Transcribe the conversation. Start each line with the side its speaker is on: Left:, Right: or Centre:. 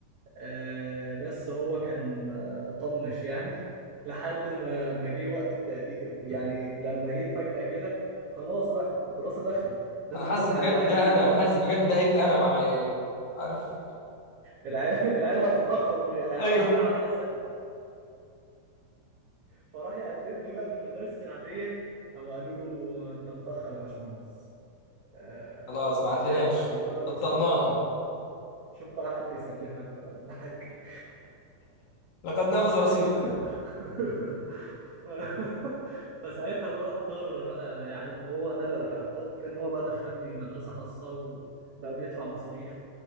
Right: آه، بس هو كان آه، طنش يعني <laughs> لحد ما ما جه وقت التقديم يعني لما جه فجأة كده خلاص بقى الدراسه داخله لازم
Left: انا حاسس
Right: نلحق
Left: بجد
Right: العيال
Left: ده انا انا حاسس بجد ده هيبقى انا مع عيالي عارف
Right: العيال <laughs> العيال هتتأخر مش- هتضيع
Left: <laughs>
Right: عليها سنه فراح يقدم لي بقى في المدارس العادية قاموا قالوا له انت متأخر يا باشمهندس آه
Left: خلاص ما
Right: مش
Left: عندناش
Right: هينفع نقبلهم
Left: بطلناها
Right: استنى اه شوف بقى حد يسلفك بقى ولا حاجة
Left: لقد نفذ رصيدك
Right: <laughs> ف... فساعتها بقى اضطر بقى يعني هو نال العقاب في ان هو بقى دخلني مدرسة خاصة وبقى بيدفع مصاريف